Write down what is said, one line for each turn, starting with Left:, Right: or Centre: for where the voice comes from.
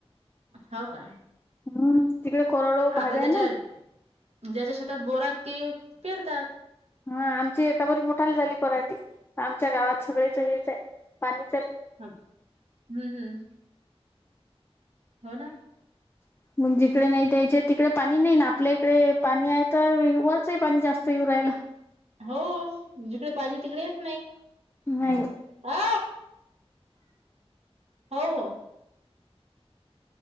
Right: हो का
Left: हम्म तिकडे कोरडो भाग
Right: आता
Left: आहे
Right: ज्याच्या
Left: ना
Right: ज्याच्या शेतात बोरात ते पेरतात.
Left: हा आमची एका बरी मोठाली झाली पराठी आमच्या गावात सगळेच हेच पाणी
Right: ह हम्म हम्म हो ना
Left: मग जिकडे नाही द्यायचे तिकडे पाणी नाही ना आपल्या इकडे पाणी आहे तर वरचही पाणी जास्त राला <unintelligible>
Right: हो जिकडे पाहिजे तिकडेच नाही
Left: नाही
Right: अ हो हो